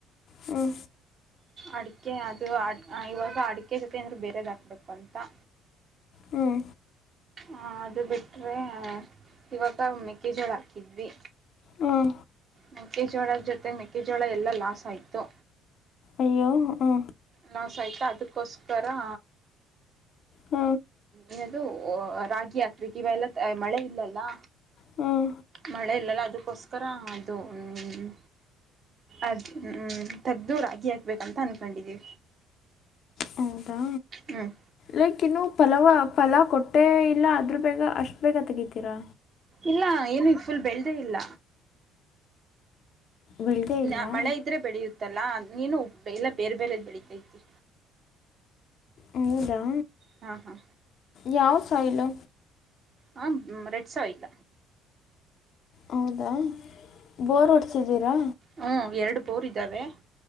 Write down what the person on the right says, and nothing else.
ಅಡಿಕೆ ಅದು ಅ ಇವಾಗ ಅಡಿಕೆ ಜೊತೆ ಅಂದ್ರೆ ಬೇರೆದ್ ಹಾಕ್ಬೇಕು ಅಂತಾ
ಹಾ ಅದು ಬಿಟ್ರೇ ಅ ಇವಾಗ ಮೆಕ್ಕೆಜೋಳ ಹಾಕಿದ್ವಿ
ಮೆಕ್ಕೆಜೋಳದ್ ಜೊತೆ ಮೆಕ್ಕೆಜೋಳ ಎಲ್ಲಾ ಲಾಸ್ ಆಯ್ತು
ಲಾಸ್ ಆಯಿತಾ ಅದಕ್ಕೋಸ್ಕರಾ
ಏನದು ಒ ರಾಗಿ ಹಾಕ್ಬೇಕ್ ಇವೆಲ್ಲ ಮಳೆ ಇಲ್ಲಲ್ಲಾ
ಮಳೆ ಇಲ್ಲಲ್ಲ ಅದಕ್ಕೋಸ್ಕರ ಅದು ಹ್ಮ ಅದು ಹ್ಮ್ ತಗ್ದು ರಾಗಿ ಹಾಕ್ಬೇಕಂತ ಅನ್ಕೊಂಡಿದೀವಿ.
ಹ್ಮ್.
ಇಲ್ಲ ಏನು ಈಗ್ ಫುಲ್ ಬೆಳ್ದೇ ಇಲ್ಲ.
ಇಲ್ಲ
ಮಳೆ ಇದ್ರೆ ಬೆಳೆಯುತ್ತಲ್ಲಾ ನೀನು ಇಲ್ಲ ಬೇರೆ ಬೇರೆದ್ ಬೆಳಿತೈತಿ.
ಹಾಂ ಹಾ.
ಹಾಂ ರೆಡ್ ಸಾಯಿಲ್.
ಹ್ಮ ಎರಡು ಬೋರ್ ಇದಾವೆ.